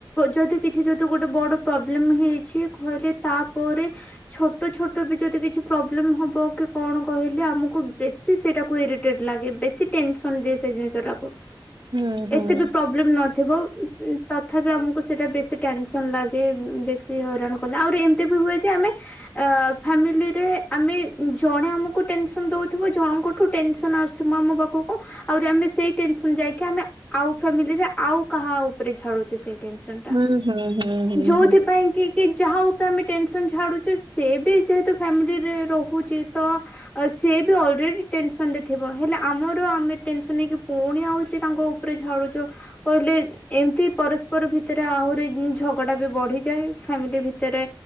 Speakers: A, on the left; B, on the right.
A: ଯଦି କିଛି ଯଦି ଗୋଟେ ବଡ଼ ପ୍ରୋବ୍ଲେମ୍ ହେଇଛି କହିଲେ ତାପରେ ଛୋଟ ଛୋଟ ବି ଯଦି କିଛି ପ୍ରୋବ୍ଲେମ୍ ହବ କି କଣ କହିଲେ ଆମକୁ ବେଶୀ ସେଇଟାକୁ ଇରିଟେଟ୍ ଲାଗେ ବେଶୀ ଟେନସନ୍ ଦିଏ ସେ ଜିନିଷଟାକୁ।
B: ହୁଁ ହୁଁ।
A: ଏତେ ବି ପ୍ରୋବ୍ଲେମ୍ ନ ଥିବ ଉଁ, ତଥାପି ଆମକୁ ସେଇଟା ବେଶି ଟେନସନ୍ ଲାଗେ, ଉଁ, ବେଶି ହଇରାଣ କଲେ ଆହୁରି ଏମିତି ବି ହୁଏ ଯେ ଆମେ ଅ, ଫ୍ୟାମିଲିରେ ଆମେ ଜଣେ ଆମକୁ ଟେନସନ୍ ଦଉଥିବ ଜଣଙ୍କଠୁ ଟେନସନ୍ ଆସୁଥି ତୁ ମାମୁ ପାଖକୁ ଆଉରି ଆମେ ସେ ସେଇ ଟେନସନ୍ ଯାଇକି ଆମେ ଆଉ ଫ୍ୟାମିଲିରେ ଆଉ କାହା ଉପରେ ଝାଡୁଚୁ ସେଇ ଟେନସନ୍ ଟା
B: ହୁଁ ହୁଁ ହୁଁ ହୁଁ
A: ଯୋଉଥି
B: ହୁଁ
A: ପାଇଁ କି କି ଯାହା ତ ଆମେ ଟେନସନ୍ ଛାଡୁଚୁ ସେ ବି ଯେହେତୁ ଫ୍ୟାମିଲିରେ ରହୁଛି ତ ଅ, ସିଏ ବି ଅଲରେଡି ଟେନସନ୍ ରେ ଥିବ ହେଲେ ଆମର ଆମେ ଟେନସନ୍ ନେଇକି ପୁଣି ଆଉଚି ତାଙ୍କ ଉପ ଝାଡୁଛୁ କହିଲେ ଏମିତି ପରସ୍ପର ଭିତରେ ଆହୁରି ଝଗଡା ବି ବଢିଯାଏ ଫାମିଲି ଭିତରେ